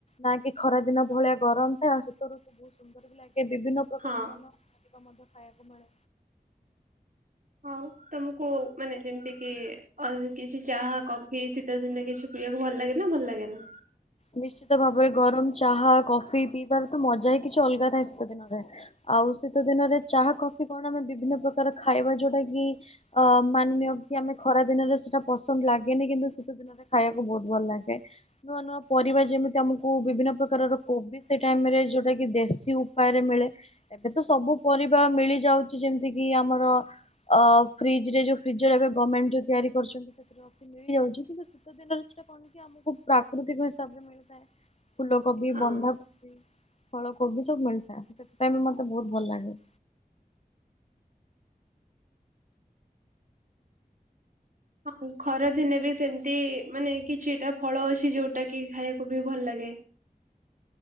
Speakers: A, on the left; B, on the right.
A: ନା କି ଖରା ଦିନ ଭଳିଆ ଗରମ ଥାଏ। ଆଉ ଶୀତରୁ ବହୁତ ସୁନ୍ଦର ବି ଲାଗେ। ବିଭିନ୍ନ ସବୁ ପ୍ରକାର
B: ହଁ।
A: ନୂଆ ନୂଆ <unintelligible> ମଧ୍ୟ ଖାଇବାକୁ ମିଳେ।
B: ହଉ ତମକୁ ମାନେ ଯେମିତି କି କିଛି ଚାହା କଫି ଶୀ ଶୀତ ଦିନେ କିଛି ପିଇବାକୁ ଭଲ ଲାଗେ ନା ଭଲ ଲାଗେନା।
A: ନିଶ୍ଚିତ ଭାବରେ ଗରମ ଚାହା କଫି ପିଇବାର ତ ମଜା ହିଁ କିଛି ଅଲଗା ଥାଏ ଶୀତ ଦିନରେ। ଆଉ ଶୀତ ଦିନରେ ଚାହା, କଫି କଣ ଆମେ ବିଭିନ୍ନ ପ୍ରକାର ଖାଇବା ଯୋଉଟା କି। ଅ ମାନି ନିଅ କି ଆମେ ଖରା ଦିନରେ ସେଟା ପସନ୍ଦ ଲାଗେନି କିନ୍ତୁ ଶୀତ ଦିନ। ରେ ଖାଇବାକୁ ବହୁତ ଭଲ ଲାଗେ ନୂଆ ନୂଆ। ପରିବା ଯେମିତି ଆମକୁ ବିଭିନ୍ନ ପ୍ରକାରର କୋବି ସେ ଟାଇମରେ ଯୋଉଟା କି ଦେଶୀ ଉପାୟରେ ମିଳେ। ଏବେ ତ ସବୁ ପରିବା ମିଳି ଯାଉଛି ଯେମିତି କିି ଆମର। ଅ ଫ୍ରିଜ ରେ ଯୋଉ ଫ୍ରିଜର ଏବେ ଗମେଣ୍ଟ ଯୋଉ ତିଆରି କରିଛନ୍ତି ସେଥିରେ କଫି ମିଳିଯାଉଛି କିନ୍ତୁ ଶୀତ ଦିନରେ ସେଟା କଣ କି ଆମକୁ ପ୍ରାକୃତିକ ହିସାବରେ ମିଳୁଥାଏ ଫୁଲକୋବି,
B: ହଁ।
A: ବନ୍ଧାକ ବି ଫଳକୋବି ସବୁ ମିଳିଥାଏ ସେଥିପାଇଁ ବି ମତେ ବହୁତ ଭଲ ଲାଗେ।
B: ଅ ହୁଁ ଖରାଦିନେ ବି ସେମିତି ମାନେ କିଛିଟା ଫଳ ଅଛି ଯୋଉଟା କି ଖାଇବାକୁ ବି ଭଲ ଲାଗେ।